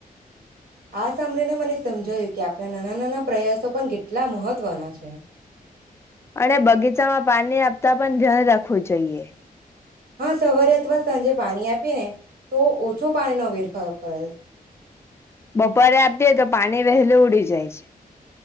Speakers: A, on the right (about 70°); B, on the left (about 15°).
A: આ સાંભળીને મને સમજાયું કે આપ. આપણા નાના નાના પ્રયાસો પણ કેટલા મહત્વના છે.
B: અને બગીચામાં પાણી આપતા પણ ધ્યાન રાખવું જોઈએ.
A: હા સવારે અથવા સાંજે પાણી આપ. આપીને. તો ઓછો પાણીનો વેરફયોગ કરે.
B: બપોરે આપીએ તો પાણી વહેલું ઉડી જાય છે.